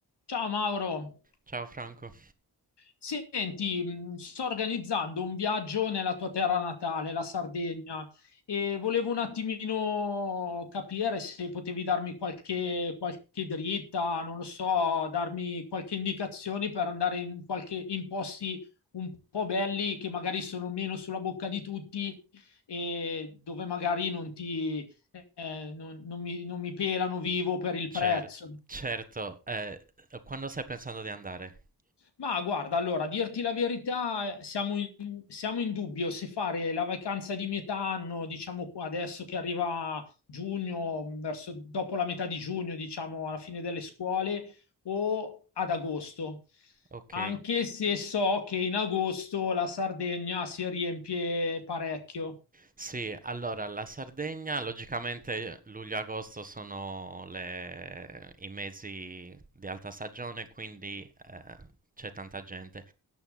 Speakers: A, on the left; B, on the right.
A: Ciao Mauro,
B: Ciao Franco.
A: senti, mh, sto organizzando un viaggio nella tua terra natale, la Sardegna, e volevo un attimino capire se potevi darmi qualche, qualche dritta, non lo so, darmi qualche indicazione per andare in, qualche, in posti un po' belli che magari sono meno sulla bocca di tutti e dove magari non ti, eh, non non mi non mi pelano vivo per il
B: Cer-
A: prezzo.
B: certo, eh, quando stai pensando di andare?
A: Ma guarda, allora, a dirti la verità, siamo in, siamo in dubbio se fare la vacanza di metà anno, diciamo qua adesso che arriva giugno, verso, dopo la metà di giugno, diciamo alla fine delle scuole, o ad agosto.
B: Ok.
A: Anche se so che in agosto la Sardegna si riempie parecchio.
B: Sì, allora la Sardegna, logicamente luglio e agosto sono le- i mesi di alta stagione, quindi eh, c'è tanta gente.